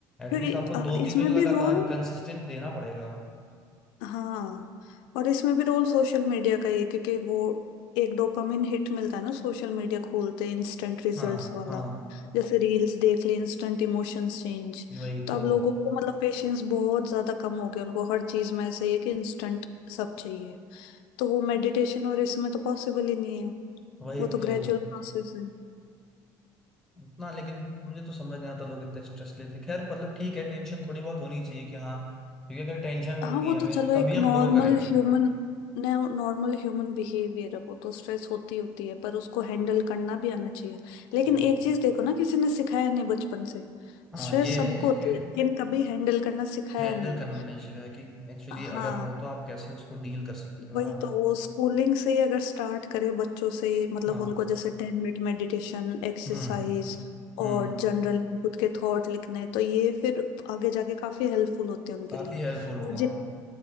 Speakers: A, in the centre; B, on the left.
A: एटलीस्ट
B: क्योंकि
A: आपको दो
B: अ, इसमें
A: तीन महीने लगातार
B: भी रोल
A: कंसिस्टेंट देना पड़ेगा
B: हाँ और इसमें भी रोल सोशल मीडिया का ही है क्योंकि वो एक डोपामिन हिट मिलता है ना सोशल मीडिया खोलते इंस्टेंट रिजल्ट्स
A: हाँ
B: वाला
A: हाँ
B: जैसे रील्स देख ले इंस्टेंट इमोशंस चेंज
A: ये वही
B: तो
A: तो
B: अब लोगों को मतलब पेशेंस बहुत ज्यादा कम हो गया उनको हर चीज में ऐसे ही है कि इंस्टेंट सब चाहिए तो वो मेडिटेशन और इसमें तो पॉसिबल ही नहीं है
A: वही
B: वो तो ग्रेजुअल
A: तो
B: प्रोसेस है
A: उतना लेकिन मुझे तो समझ नहीं आता लोग इतना स्ट्रेस लेते खैर मतलब ठीक है टेंशन थोड़ी बहुत होनी चाहिए कि हाँ क्योंकि अगर टेंशन होगी
B: हाँ वो
A: हमें
B: तो चलो
A: तभी
B: एक
A: हम
B: नॉर्मल
A: ग्रो करेंगे
B: ह्यूमन नॉर्मल ह्यूमन बिहेवियर है वो तो स्ट्रेस होती होती है पर उसको हैंडल करना भी आना चाहिए लेकिन
A: ये तो
B: एक चीज देखो ना किसी ने सिखाया नहीं बचपन से
A: हाँ
B: स्ट्रेस
A: ये
B: सबको
A: है
B: होती
A: कि
B: है लेकिन कभी हैंडल करना सिखाया
A: हैंडल
B: नहीं
A: करना नहीं चाहिए कि एक्चुअली
B: हाँ
A: अगर हो तो आप कैसे उसको डील कर सकते हो
B: वही
A: है ना
B: तो वो स्कूलिंग से ही अगर स्टार्ट करे बच्चों से ही मतलब
A: हाँ
B: उनको जैसे टेन मिनट मेडिटेशन एक्सरसाइज
A: हम्म
B: और
A: हम्म
B: जनरल खुद के थॉट लिखने तो ये फिर आगे जाके काफी हेल्पफुल होते हैं उनके
A: काफी
B: लिए
A: हेल्पफुल होगा
B: और
A: हाँ